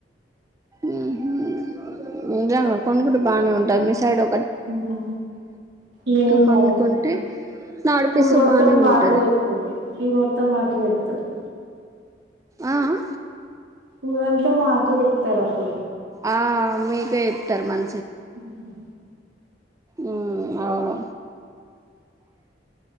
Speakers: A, on the right; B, on the right.
A: ఊ హుమ్ నిజంగ కొనుకుంటే బాగానే ఉంటది, మీ సైడ్ ఒ
B: ఆ హా లేదండి
A: కొనుక్కుంటే నడిపిస్తే
B: ఊర్మొత్తం
A: బానే
B: మాకే
A: ఉంటది
B: చెప్తుంది ఊర్మోత్తం మాకే చెప్తుంది. తర్
A: ఆ ఆహ్
B: ఊరంత మాకే చెప్తరప్పుడు.
A: ఆ మీకే చెప్తరు మం
B: హుమ్
A: ఉమ్ అవును.